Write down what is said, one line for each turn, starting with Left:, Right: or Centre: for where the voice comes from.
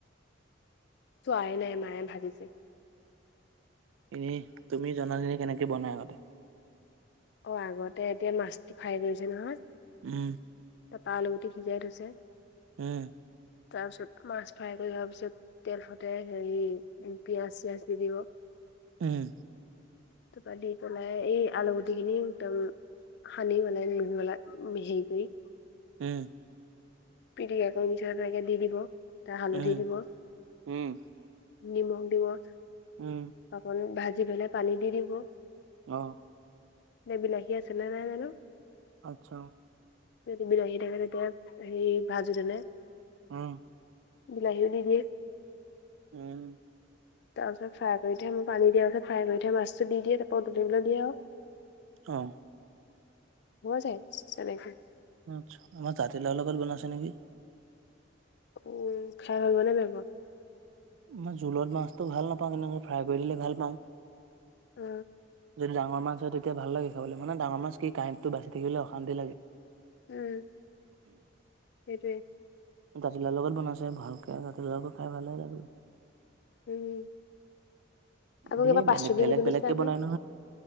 Left: চোৱাইে নাই মায়ে ভাজিছে।
Right: এনে তুমি জনাল ননে কেনেকে বনাই আগতে।
Left: অ আগতে এতিয়া মাছ ফ্ৰাই কৰিছে নহয়।
Right: উম।
Left: ত তা আলুি সিজাই থৈছে।
Right: উম।
Left: তাৰ পিছত মাছ ভাৰ থ যাৰ পিছত- তেল সতে হেৰি পিয়াজ চিয়াজ দি দিব।
Right: উম।
Left: তোপালে তোাই এই আলুগুটিখিনি একদম- হানি মাল লহাল হেই গৈ-
Right: উম।
Left: পিটিকা কৰি মিছ পকে দি দিব ত হালধি
Right: উম
Left: দিব-
Right: উম
Left: নিমখ দিব -
Right: উম।
Left: অকন ভাজি পেলাই পানী দি দিব-
Right: অহ।
Left: ন বিলাহী আছে নে নাই জানো-
Right: আচ্ছা।
Left: যদি বিলাহী থাকে তেতিয়া সেই ভাজোতেনে-
Right: অ।
Left: বিলাহিও দি দিয়ে -
Right: উম।
Left: তাৰ পাছ ফাই কৰি থ ম পানী দিয়াৰ পাছ ফ্ৰাই কৰি থাই মাছ দি দিয় তাৰপৰা উ তলিবলৈ দিয়ে আৰু-
Right: অহ।
Left: হ যায় চাগাইক-
Right: আচ্ছা আমাৰ জাতি লগৰ লগত গন আছে নেকি?
Left: উ খাই ভব নে বিব-
Right: মই জোলত মাছটো ভাল নাপাওঁ কেনেক ফ্ৰাই কৰি দিলে ভাল পাওঁ।
Left: অ।
Right: যদি ডাঙৰ মাছ হয় তেতিয়া ভাল লাগে খাব মানে ডাঙৰ মাছ কি কাঁহটতটো বাচি থাকিলে অশান্তি লাগে। <inaudible>
Left: উম সেইটোৱে
Right: দাতিলাৰ লগত বনাইছে ভালকে জাতিলা লগো খাই ভালে লাগে।
Left: উম আকৌ
Right: ধেৰ
Left: কিবা পাচল
Right: বেলেগ বেলেগ
Left: সুধিছিলা
Right: বেলেগকে বনাই
Left: নহয়?